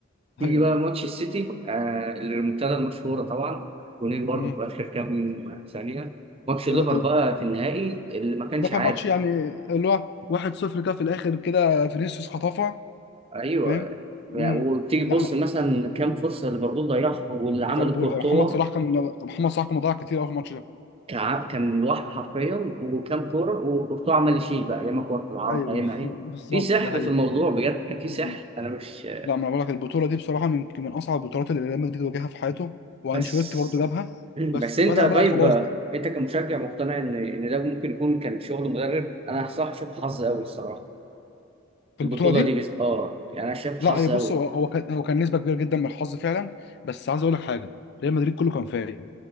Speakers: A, on the right; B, on the left.
A: تيجي
B: ايوه
A: بقى ماتش السيتي آه الريمونتادا المشهورة طبعا جونين برضه
B: امم
A: في آخر كام ثانية ماتش الليفر
B: ده ده
A: بقى في النهائي اللي ما كانش
B: ده كان
A: عادي
B: ماتش يعني اللي هو 1-0 كده في الاخر كده فينيسيوس خطفها
A: أيوه
B: فاهم
A: يعني
B: امم
A: وتيجي
B: لا
A: تبص
B: لا
A: مثلا كام فرصة ليفربول ضيعها واللي عمله
B: ليفربول
A: كورتوا
B: اه محمد صلاح كان محمد صلاح كان مضيع كتير قوي في الماتش ده
A: كع- كان لوحده حرفيا وكام كورة وكورتوا عمل يشيل بقى ياما كورة في العارضة
B: ايوه
A: ياما ايه
B: <laughs> بالظبط
A: في سحر
B: ده
A: في الموضوع بجد كان في سحر
B: حقيقة
A: أنا مش
B: لا ما انا بقول لك البطوله دي بصراحه من من اصعب البطولات اللي ريال مدريد واجهها في حياته وانشيلوتي
A: بس
B: برضه جابها
A: مم.
B: بس
A: بس انت
B: بدأ
A: طيب
B: بقى خلاص
A: آه،
B: بقى
A: انت كمشجع مقتنع ان ان ده ممكن يكون كان شغل مدرب انا صح شايف حظ قوي الصراحه
B: في
A: البطوله
B: البطوله دي
A: دي بس اه يعني انا شايف
B: لا
A: حظ
B: هي بص
A: قوي
B: هو هو كان هو كان نسبه كبيره جدا من الحظ فعلا بس عايز اقول لك حاجه ريال مدريد كله كان فايق